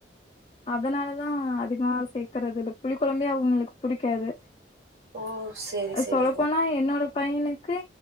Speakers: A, on the left; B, on the right.
A: அதனாலதா அதிகமா சேக்கறதில்ல புளி கொழம்பே அவுங்களுக்கு புடிக்காது
B: ஓ சேரி சேரிங்க
A: சொல்லப்போனா என்னோட பையனுக்கு